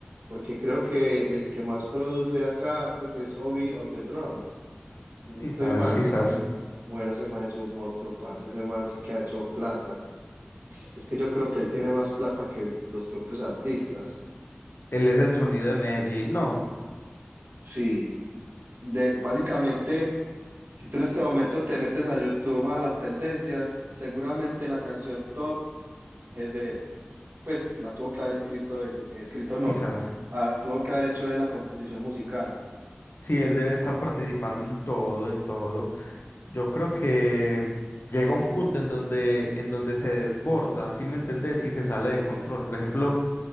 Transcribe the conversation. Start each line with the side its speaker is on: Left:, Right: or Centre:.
Right: porque creo que el que más produce acá, creo que es Obi on the Drums. si No
Left: Sí,
Right: estoy
Left: sabes,
Right: mal.
Left: sí, sabes.
Right: Bueno, ese man es un monstruo, parce. Ese man sí que ha hecho plata. Es que yo creo que él tiene más plata que el- los propios artistas.
Left: Él es el sonido de Medellín, no,
Right: Sí. De, básicamente, si tú en este momento te metes a YouTube a las tendencias, seguramente la canción top es de él. Pues la tuvo que haber escrito, eh, escrito no.
Left: quizás.
Right: Ah, tuvo que haber hecho de la composición musical.
Left: Sí, él debe estar participando en todo, en todo. Yo creo que llega un punto en donde, en donde se desborda, ¿sí me entendés? Y se sale de control. Por ejemplo,